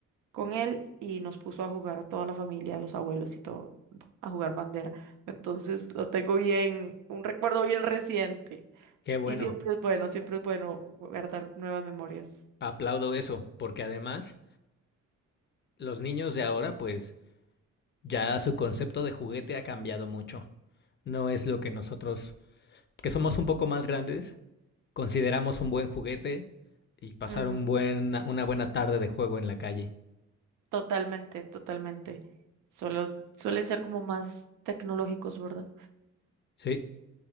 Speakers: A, on the right; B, on the left.
A: con él y nos puso a jugar a toda la familia, a los abuelos y todo, a jugar bandera. Entonces lo tengo bien, un recuerdo bien reciente.
B: Qué bueno,
A: Y siempre es bueno, siempre es bueno guardar nuevas memorias.
B: aplaudo eso, porque además los niños de ahora, pues ya su concepto de juguete ha cambiado mucho. No es lo que nosotros, que somos un poco más grandes, consideramos un buen juguete y pasar
A: Ujú.
B: un buen, una buena tarde de juego en la calle.
A: Totalmente, totalmente. Suelo- suelen ser como más tecnológicos, ¿verdad?
B: Sí,